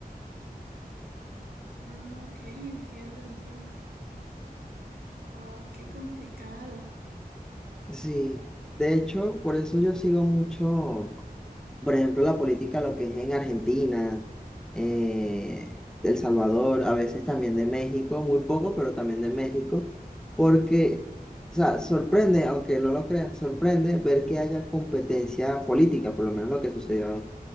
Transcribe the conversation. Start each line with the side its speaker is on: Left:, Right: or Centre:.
Right: Mm, ok, entiendo, entiendo. Wow, qué complicado.
Centre: Sí, de hecho, por eso yo sigo mucho. por ejemplo, la política, lo que es en Argentina, eh, El Salvador, a veces también de México, muy poco, pero también de México, porque, o sea, sorprende, aunque no lo creas, sorprende ver que haya competencia política, por lo menos lo que sucedió